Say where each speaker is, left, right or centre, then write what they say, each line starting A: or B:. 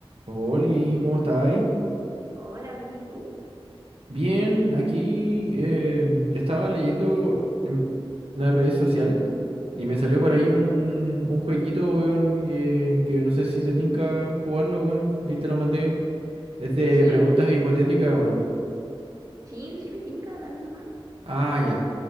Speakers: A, on the right; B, on the right.
A: Oli, ¿cómo estáis?
B: Hola, bien, ¿y tú?
A: Bien, aquí em, estaba leyendo em, las redes sociales y me salió
B: ¿Ya?
A: por ahí un, un jueguito, weón, que, que no sé si te tinca jugarlo, weón. Ahí te lo mandé. Es de
B: Sí,
A: preguntas
B: obvio.
A: hipotéticas, weón.
B: Sí, sí me tinca, dale nomás.
A: Ah, ya.